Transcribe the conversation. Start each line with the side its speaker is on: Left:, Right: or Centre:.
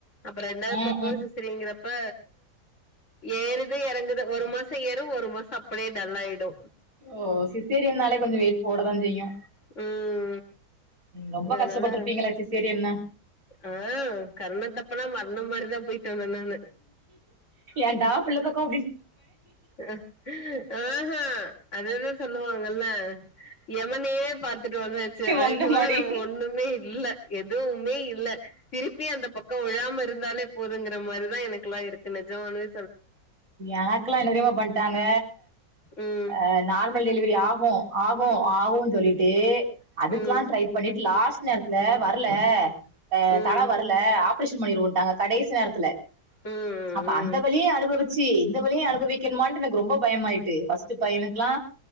Left: அப்பொறோ ரெண்டாவது
Right: ம்
Left: பாப்பாவு
Right: ம்
Left: சிஸ் சேரிங்கறப்ப ஏறுது எறங்குது ஒரு மாச செய்யறு ஒரு மாசோ அப்டியே டல் ஆயிடு
Right: ஓ ஓ சிஸேரியனாலே கொஞ்ச வெயிட் போட தா செய்யு
Left: ம்
Right: ரொம்ப
Left: அதனால
Right: கஷ்டப்பட்ருப்பீங்களே சிசேரியன் னா
Left: ஆ கர்ண தப்பனா மரணம் மாரிதா போயிட்டு வந்தே நானு
Right: ஏன்டா பிள்ளப்பேக்கோ
Left: ஆ ஆ ஹா அதேதா சொல்ல வ நல்ல எமனயே பாத் துட்டு வந்தாச்சு அதுக்கு
Right: வந்த
Left: மேல
Right: மாரி
Left: நம்ம ஒன்னுமே இல்ல எதுவு மே இல்ல திருப்பி அந்த பக்க விலாம இருந்தாலே போதுங்கிற மாரி தா எனக்கெல்லா இருக்கு நெஜமாலுமே
Right: எனக்கெல்லா என்ன தெரிமா பண்ட்டாங்க
Left: ம்
Right: அ நார்மல் டெலிவரி ஆகு ஆகு ஆகு சொல்லிட்டு அதுக்கெல்லா
Left: ம்
Right: ட்ரை பண்ணிட்டு லாஸ்ட் நேரத்துல வரல அ
Left: ம்
Right: தல வரல ஆப் ப்ரேஷன் பண்ணிருவோன்டாக கடைசி நேரத்துல
Left: ம்
Right: அப்ப
Left: ம்
Right: அந்த வலிய அனு பவிச்சி இந்த வலிய அனுபவிக்கணுமா எனக்கு ரொம்ப பயமாயிட்டு ஃபஸ்ட்டு பயனுக்லா